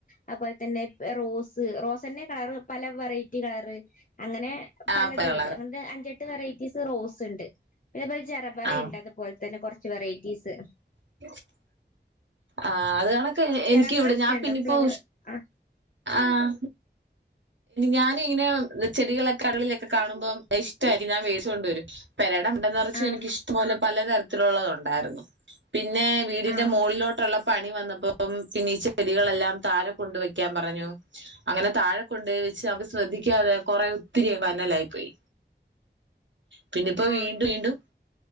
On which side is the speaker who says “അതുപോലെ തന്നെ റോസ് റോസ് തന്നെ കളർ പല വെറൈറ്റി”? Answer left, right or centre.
Left